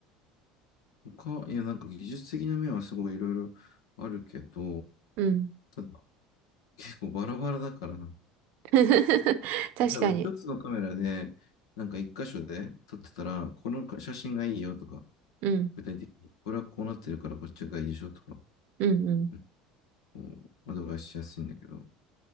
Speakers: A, on the left; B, on the right.
A: 他、いや、なんか技術的な面はすごいいろいろあるけど、
B: うん。
A: ただ結構バラバラだからな。
B: <laughs> 確かに。
A: 例えば一つのカメラで、なんか一箇所で撮ってたら、この写真がいいよとか、
B: うん、
A: 具体的に、これはこうなってるからこっちがいいでしょとか、
B: うん、うん、
A: うんこうアドバイスしやすいんだけど、